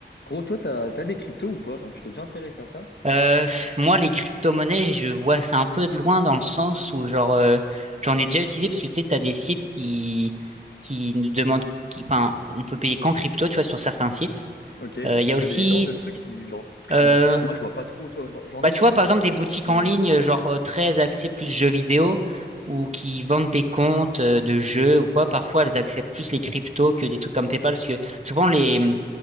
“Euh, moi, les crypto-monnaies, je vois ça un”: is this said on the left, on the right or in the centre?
Right